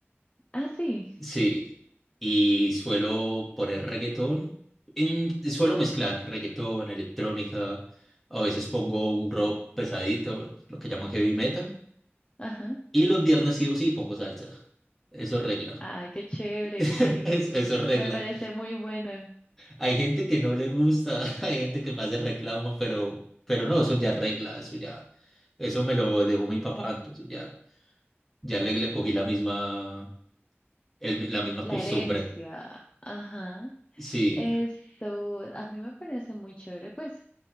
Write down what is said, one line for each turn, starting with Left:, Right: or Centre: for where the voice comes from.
Left: Ah, sí.
Centre: Sí, y suelo poner reggaetón. En- suelo mezclar reggaetón, electrónica, a veces pongo un rock pesadito, bueno, lo que llaman heavy metal.
Left: Ajá.
Centre: Y los viernes sí o sí pongo salsa. Eso regla.
Left: Ay, qué chévere,
Centre: <laughs>
Left: sí.
Centre: Es- Eso regla.
Left: Me parece muy buena.
Centre: Hay gente que no le gusta, <laughs> hay gente que me hace reclamo, pero, pero no, eso ya regla, eso ya. Eso me lo dejó mi papá, entonces ya, ya le, le cogí la misma, el- la misma
Left: La
Centre: costumbre.
Left: herencia. Ajá.
Centre: Sí,
Left: Esto a mí me parece muy chévere, pues